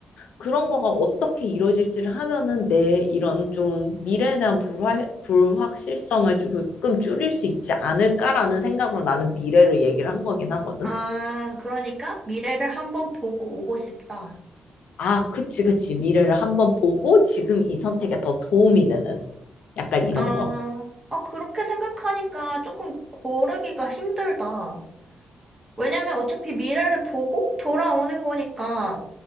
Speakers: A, on the left; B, on the right.
A: 그런 거가 어떻게 이루어질지를 하면은 내 이런 좀 미래에 대한 불화, 불확실성을 조금 줄일 수 있지 않을까라는 생각으로 나는 미래를 얘기를 한 거긴 하거든.
B: 아, 그러니까 미래를 한번 보고 오고 싶다.
A: 아, 그치, 그치. 미래를 한번 보고 지금 이 선택에 더 도움이 되는 약간 이런
B: 아,
A: 거.
B: 아, 그렇게 생각하니까 조금 고르기가 힘들다. 왜냐면 어차피 미래를 보고 돌아오는 거니까,